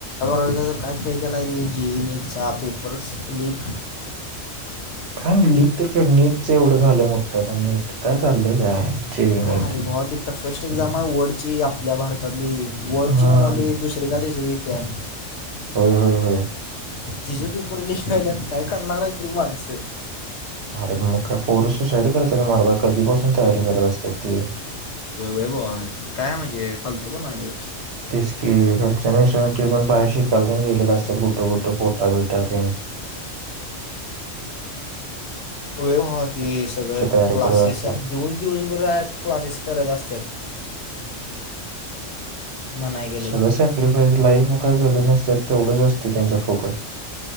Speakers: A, on the left (about 65°); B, on the right (about 60°).
A: चा तर काय खेळ केला रे जी नटचा पेपर्स लीग
B: काय नाही लीक तर खेळ नीटच एवढं झालं मोठतं आ नीट काय चाललंय काय जेई
A: का
B: नीट
A: हरभव ती टफेस्ट एदाा वडची आपल्या भारतात आणि वर्डची
B: हा
A: म्हणाली दुसरी का तसरी इथे
B: होय होय होय
A: तिझ पेपर लिख राहिलात काय करणार आहे तु माणसं
B: अरे मग का पोर सुसाईड करतात मरदा कधीपासून तयारी करत असतात ती
A: ब काय म्हणजे खालतो प नाही
B: तेच कि घरच्याविषयी पण बाहेर शिकाला गेलेले असतात कुठे कुठे पोटा बिटाात <inaudible>
A: व म ते सगळ
B: तयारी
A: क्लासेस
B: करत असतात
A: दिवस दिवसभर क्लासेस करत असतात
B: <inaudible>
A: म्हणाय गेलं
B: सगळं
A: तर
B: सॅक्रिफाईस लाईफ म काय सगं नसत तेवढंच असते त्यांचा फोकस